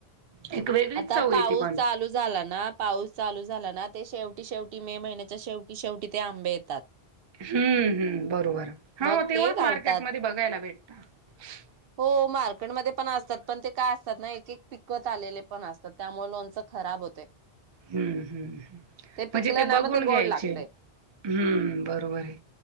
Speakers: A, on the right (about 45°); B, on the right (about 65°).
A: एक वेगळीच
B: आता
A: चव येते
B: पाऊस
A: पण
B: चालू झाला ना? पाऊस चालू झाला ना ते शेवटी शेवटी मे महिन्याच्या शेवटी शेवटी आंबे येतात.
A: हमूहम्मू बरोबर हा
B: मग
A: तेव्हाच
B: ते घालतात
A: मार्केट मध्ये बगायला भेट <unintelligible>
B: हो मार्केट मध्ये पण असतात पण ते एक एक पिकत आलेले पण आसतात त्यामुळ लोणच खराब होतय.
A: हम्म्म हम्म म्हणजे
B: पिकलं
A: ते
B: ना
A: बघून
B: मग
A: घ्यायचे
B: गोड लागतय
A: हम्मू बरोबर आहे